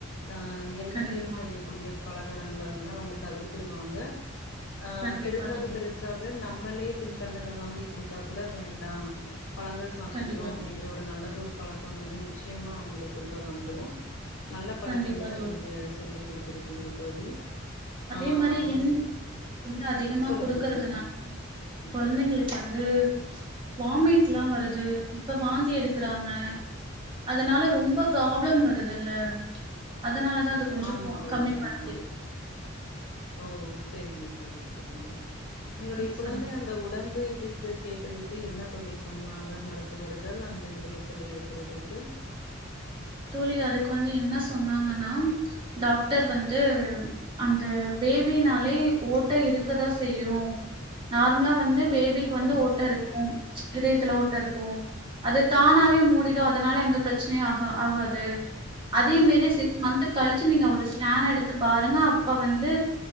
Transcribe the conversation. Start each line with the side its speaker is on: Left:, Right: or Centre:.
Left: அ எண்ணெயில்
Right: கண்டிப்பா,
Left: செய்யக்கூடிய பலகாரங்கள வந்து அவுங்க தவிர்த்துருவாங்க ஆ
Right: கண்டிப்பா
Left: பெருசாக
Right: தோழி.
Left: பெருசாக நம்மளே தின்பண்டங்கள் வாங்கி குடுத்தா கூட வேண்டா பழங்க சாப்டுக்குறோ
Right: கண்டிப்பா
Left: அப்டிங்ற
Right: தோழி.
Left: ஒரு நல்லது பழக்கம் வந்து நிச்சயமா அவுங்களுக்குள்ள வந்துரு நல்ல பழக்கங்கள
Right: கண்டிப்பா தோழி.
Left: நீங்க சொல்லி குடுத்துருக்கீங்க தோழி
Right: அதே
Left: ஆம்
Right: மாரி என் வந்து அதிகமா
Left: சொல்லுங்க
Right: குடுக்கறதுனா
Left: தோழி.
Right: கொழந்தைங்களுக்கு வந்து வாமிட் எல்லாம் வருது இப்ப வாந்தி எடுக்கறாங்க அதனால ரொம்ப ப்ராப்ளம் வருதுல்ல அ அதனால தான் அது கொஞ்சம்
Left: ஆமா தோழி,
Right: கம்மி பண்ணிக்க
Left: ஆமா. ஓ செரிங்க தோழி செரிங்க உங்களுடைய
Right: ம் சரிங்க
Left: குழந்தை அந்த உடம்பு இது கேட்டதுக்கு என்ன தோழி சொன்னாங்க மருத்துவர்கள் அந்த இதயத்துல இருக்கிறதுக்கு
Right: தோழி அதுக்கு வந்து என்ன சொன்னாங்கன்னா டாக்டர் வந்து அந்த பேபினாலே ஓட்ட இருக்கதா செய்யும் நார்ம்லா வந்து பேபிக்கு வந்து
Left: ஓ
Right: ஓட்ட இருக்கும் ச் இதயத்தல ஓட்ட இருக்கும் அது தானாவே மூடிடும் அதனால எந்த பிரச்சனையும் ஆகா ஆகாது அதே மேரி சிக்ஸ் மன்த்து கழிச்சு நீங்க ஒரு ஸ்க எடுத்து பாருங்க அப்ப வந்து